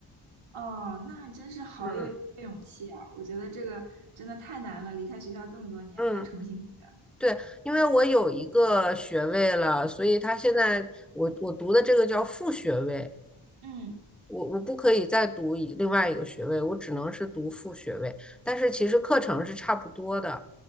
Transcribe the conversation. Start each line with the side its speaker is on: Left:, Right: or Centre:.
Right: 哦，那真是好有勇气啊！
Centre: 嗯
Right: 我觉得这个真的太难了，离开学校这么多年再重新学。
Centre: 嗯，对，因为我有一个学位了，所以他现在我我读的这个叫副学位，
Right: 嗯
Centre: 我我不可以再读一另外一个学位，我只能是读副学位，但是其实课程是差不多的。